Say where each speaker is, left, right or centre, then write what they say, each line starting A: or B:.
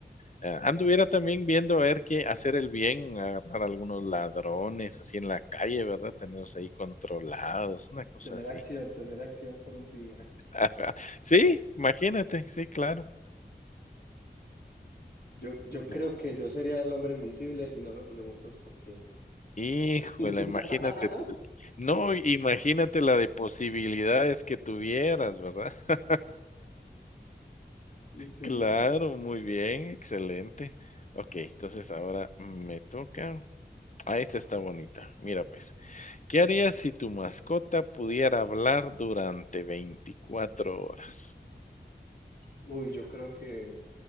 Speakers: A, on the left; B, on the left.
A: Ah, anduviera también viendo a ver qué hacer el bien, agarrar algunos ladrones así en la calle, ¿verdad? Tenerlos ahí controlados, una cosa
B: Tener
A: así.
B: acción, tener acción por un día. <laughs>
A: <laughs> Sí, imagínate, sí, claro.
B: Yo, yo creo
A: Mm,
B: que yo sería el hombre invisible y no me preguntas por qué.
A: híjole,
B: <laughs>
A: imagínate. No, imagínate la de posibilidades que tuvieras, ¿verdad? <laughs>
B: Sí.
A: Claro, muy bien, excelente. Okey, entonces ahora me toca. Ah, esta está bonita. Mira, pues, ¿Qué harías si tu mascota pudiera hablar durante 24 horas?
B: Uy, yo creo que,